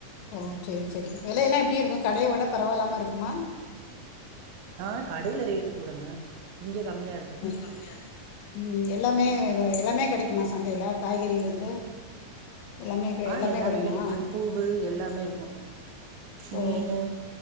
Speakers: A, on the left; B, on the right.
A: ஓ செரி செரி வெளயெல்லா எப்டி இருக்கு கடைய விட பரவால்லாம இருக்குமா
B: ஆ கடையில ரேட்டு கூடங்க இங்க கம்மியாக இருக்கு
A: கம்மியா இருக்கு ம் எல்லாமே எல்லாமே கெடைக்குமா சந்தையில காய்கறில இருந்து எல்லாமே கெ
B: ஆ
A: எல்லாமே வருமா
B: கெடைக்கு பூவு எல்லாமே இருக்கு
A: ஓ
B: மீனு